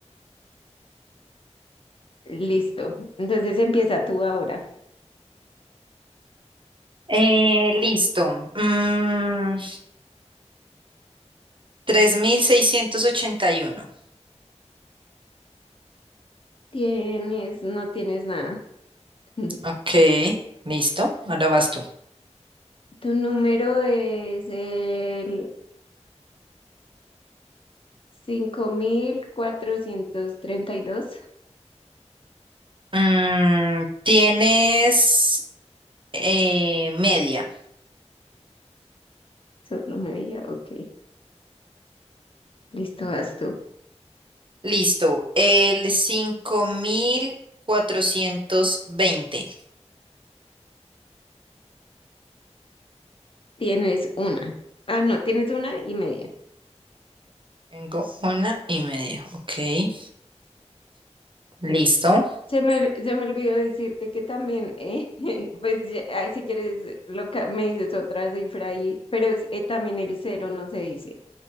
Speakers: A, on the left; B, on the right.
A: Listo. Entonces, empieza tú ahora.
B: Eh, listo. Mm, 3681.
A: Tienes, no tienes nada. <laughs>
B: Ok, listo. Ahora vas tú.
A: Tu número es el cinco mil cuatrocientos treinta y dos
B: Mm, tienes eh, media.
A: Solo media. Ok. Listo, vas tú.
B: Listo. El cinco mil cuatrocientos veinte.
A: Tienes una. Ah, no, tienes una y media.
B: Tengo una y media. Ok, listo.
A: Se me, se me olvidó decirte que también, eh, <laughs> pues ya- ah, si quieres, lo, ca- me dices otra cifra ahí, pero es- eh, también el cero no se dice.